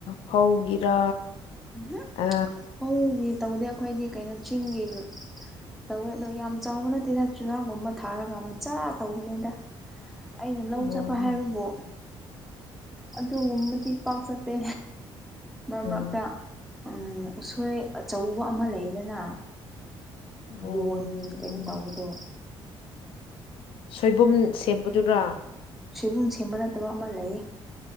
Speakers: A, on the left (about 75°); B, in the centre.
A: ꯐꯧꯒꯤꯔꯥ꯫
B: ꯎꯝ ꯍꯝ
A: ꯑ
B: <unintelligible> ꯇꯧꯗꯦ ꯑꯩꯈꯣꯏꯗꯦ ꯀꯩꯅꯣ ꯆꯤꯡꯒꯤ ꯇꯧꯋꯦ ꯑꯗꯣ ꯌꯥꯝ ꯆꯥꯎꯕ ꯅꯠꯇꯦꯗ ꯆꯨꯔꯥꯛꯒꯨꯝꯕ ꯊꯥꯔꯒ ꯃꯆꯥ ꯇꯧꯕꯅꯤꯗ꯫ ꯑꯩꯅ ꯂꯧ
A: ꯎꯝ
B: ꯆꯠꯄ ꯍꯥꯏꯕꯕꯨ ꯑꯗꯨꯒꯨꯝꯕꯗꯤ ꯄꯥꯛꯆꯠꯇꯦ ꯃꯔꯛ
A: ꯎꯝ
B: ꯃꯔꯛꯇ꯫ ꯎꯝ ꯎꯁꯣꯏ ꯑꯆꯧꯕ ꯑꯃ ꯂꯩꯗꯅ꯫
A: ꯎꯝ
B: ꯌꯣꯟ
A: ꯎꯝ
B: ꯀꯩꯅꯣ ꯇꯧꯕꯗꯣ
A: ꯁꯣꯏꯕꯨꯝ ꯁꯦꯝꯕꯗꯨꯔ
B: ꯁꯤꯕꯨꯝ ꯁꯦꯝꯕ ꯅꯠꯇꯕ ꯑꯃ ꯂꯩꯌꯦ꯫